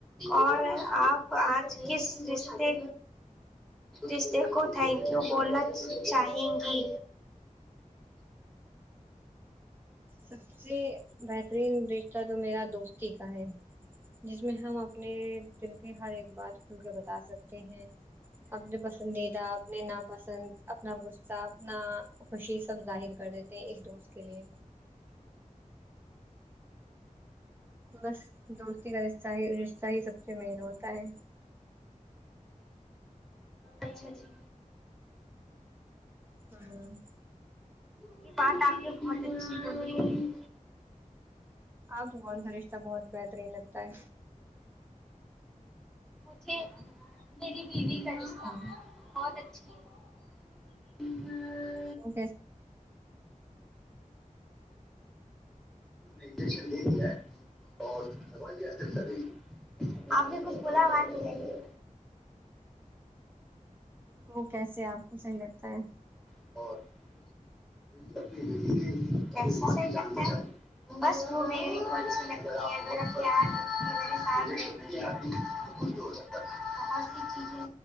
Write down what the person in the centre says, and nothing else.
اور آپ آج کس رشتے رشتے کو تھینکیو بولنا چاہیں گی
اچھا جی
یہ بات آپ نے بہت اچھی بولی
ٹھیک دیدی ٹائپس کا
بہت اچھی ہے وہ
انجیکشن دے دیا ہے اور دوائی بھی حاصل کریں آپ نے کچھ بولا اواز نہیں آئی
<unintelligible> بس وہ میرے کو اچھی لگتی ہے میرا خیال رکھتی ہے میرے ساتھ رہتی ہے بہت سی چیزیں